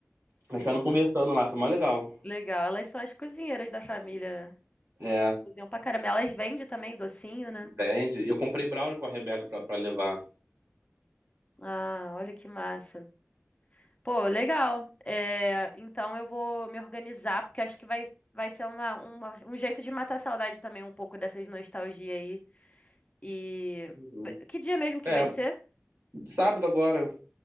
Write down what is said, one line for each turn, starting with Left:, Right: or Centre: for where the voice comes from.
Left: sim.
Right: Elas ficaram conversando lá, foi mais legal.
Left: Legal, elas são as cozinheiras da família, né?
Right: É,
Left: Cozinham pra caramba. Elas vendem também docinho, né?
Right: entende? Eu comprei brownie com a Rebeca pra, pra levar.
Left: Ah, olha que massa. Pô, legal. É, então eu vou me organizar, porque acho que vai, vai ser uma, uma- um jeito de matar a saudade também, um pouco dessas nostalgia aí. E.
Right: Uhum.
Left: Que dia mesmo que
Right: É,
Left: vai ser?
Right: sábado agora.